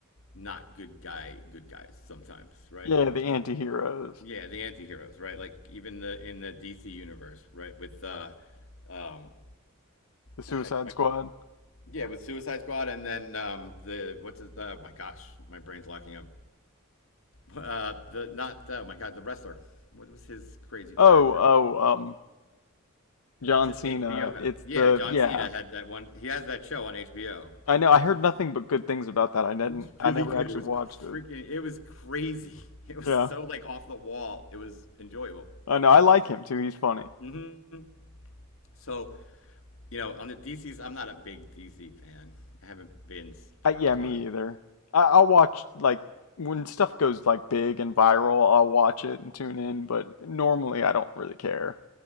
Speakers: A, on the left; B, on the left.
A: not good guy good guys sometimes, right?
B: Yeah, the anti-heroes.
A: Yeah, the anti-heroes, right? Like even the in the DC universe, right? With uh um
B: The Suicide
A: the heck I
B: Squad.
A: keep, yeah, with Suicide Squad and then um the what's his uh, my gosh, my brain's locking up. Uh the not uh, my god, the wrestler. What was his crazy character?
B: Oh, oh, um, John
A: It's it,
B: Cena.
A: HBO had.
B: It's
A: it. Yeah,
B: the
A: John
B: yeah.
A: Cena had that one. He has that show on HBO.
B: I know. I heard nothing but good things about that. I didn't.
A: It was
B: I
A: really
B: never
A: good.
B: actually
A: It was
B: watched
A: freaking
B: it.
A: it was crazy. <laughs> It was
B: Yeah,
A: so like off the wall. It was enjoyable.
B: I know. I like him too. He's funny.
A: hmm So You know, on the DCs, I'm not a big DC fan. I haven't been s- for
B: I, yeah,
A: a while.
B: me either. I, I'll watch like when stuff goes like big and viral. I'll watch it and tune in, but normally I don't really care.